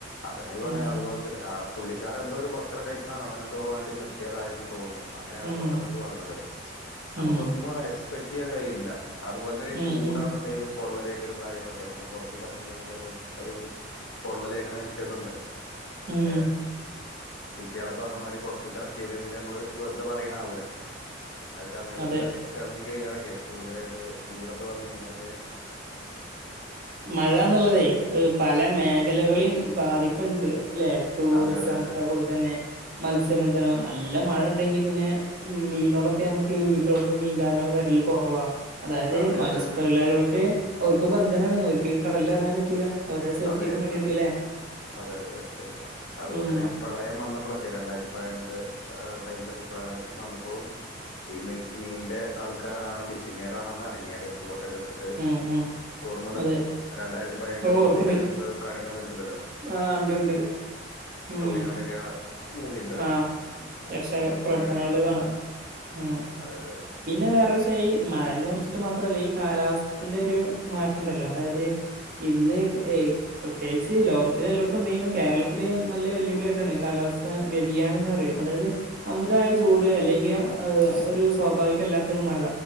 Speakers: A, on the left (about 80°); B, on the right (about 50°).
A: അതെന്നെ പറഞ്ഞ
B: ഉം
A: അതുപോലെന്നെ ആ പുള്ളിക്കാരർ എന്തോ ഒരു ഭക്ഷണം കഴിക്കാനോ അവനെന്ത തോവണ്ടി നിർത്തിയതായി തോന്നുന്നു അങ്ങനെയാണ്
B: ഉം
A: പെട്ടെന്ന് ഇത് വന്നത് നമുക്കൊന്നും
B: ഉം
A: എക്സ്പെക്ട് ചെയ്യാൻ കഴിയില്ല അതുപോലെ തന്നെ ഈ
B: ഉം
A: ചൂടാന്നുള്ളെങ്കിലും
B: ഉം
A: പൊള്ളലേക്കലും കാര്യങ്ങളൊക്കെ നമുക്ക് പുറത്ത് ഇറങ്ങ കഴിഞ്ഞാൽ ചിലപ്പോൾ അധികവും പൊള്ളലേക്കണ വിഷയൊക്കെ ഉണ്ട്
B: ഉം
A: ഏഹ്‌ കുട്ടികളൊക്കെ പറഞ്ഞ മാതിരി പുറത്ത് ഇറക്കിനകിലേ നമ്മള് വെറുതെ പറയണ ആവൂല ആ സമയത്തൊക്കെ
B: അതെ
A: ഇറങ്ങി കഴിഞ്ഞാലൊക്കെ കൂടുതലായിട്ട് ചൂടൊക്കെ വന്ന് കഴിഞ്ഞാാലൊക്കെ
B: മഴ ന്നുള്ളതേ പല മേഖലകളെയും ബാധിക്കണ്ട് അല്ലെ ടൂറിസം
A: അതെ അതെ അതെ
B: അതുപോലെ തന്നെ മത്സ്യബന്ധനം നല്ല മഴ ഉണ്ടെങ്കി പിന്നെ ഉം മീനുകളൊക്കെ നമുക്ക് വീട്ടിലൊക്ക് മീൻകാരനൊക്കെ വരല് കുറവാ അതായത്
A: അതെ
B: മത്സ്യത്തൊഴിലാളികൾക്ക്
A: അതെ
B: അവർക്ക് ബന്ധനാണ് അവർക്ക് കടലിൽ ഇറങ്ങാൻ പറ്റൂല അവരെ സേഫ്റ്റിക്കും
A: അതെ
B: വേണ്ടിട്ട്
A: ആഹ്‌
B: ല്ലെ
A: അതെ അതെതെ ശരി എന്ന അതുപോലെ
B: ഉം
A: തന്നെ നമുക്ക് പ്രളയം വന്നപ്പോഴൊക്കെ രണ്ടായിരത്തി പതിനെട്ട് ടൈമിലൊക്കെ പ്രളയം വന്നപ്പോ ഈ മീ മീന്റെ ആൾക്കാരാണ് ഫിഷിംഗാരാണന്ന് ഇറങ്ങിയത് ബോട്ടൊക്കെ എടുത്തിട്ട്
B: ഉം ഉം
A: ഓർമ്മ
B: അതെ
A: രണ്ടായിരത്തി പതിനെട്ട്
B: ഓ
A: മൂവിയിലൊെ
B: ഓർക്കണ്ട്
A: ഞമ്മക്ക് കാണിക്കാൻ പറ്റ്ണ്ടല്ലോ
B: ആ ഉണ്ട് ഉണ്ട്
A: ഏഹ്
B: ഉം
A: ടോവിനോവിടോക്കെ മൂവി ഉണ്ടല്ലോ
B: ആഹ്
A: അതിലൊക്കെ
B: രക്ഷാ
A: ഞമ്മള് കൊറെ
B: പ്രവർത്തനങ്ങളിൽ
A: അറിയാൻ പറ്റുന്ന
B: കാണാം ഉം
A: അതെ അതെ.
B: പിന്നെ വേറെ വിഷയം ഈ മഴനെ കുറിച്ചിട്ട് മാത്രല്ല ഈ കാലാവസ്ഥത്തിന്റെ ഒരു മാറ്റം ഉണ്ടല്ലോ അതായത് ഇന്ന് ക്കെയ് പ്രത്യേകിച്ച് ലോകത്തിലെ എല്ലോടുത്തും ഉണ്ടെലും കേരളത്തില് നല്ല വെല്ലുവിളിയ ആയിട്ടാണ് ഈ കാലാവസ് വ്യതിയാനം എന്ന് പറയും അതായത് അമിതായ ചൂട് അല്ലെങ്കി ആ ഒരു സ്വാഭാവികല്ലാത്ത ഒരു മഴ.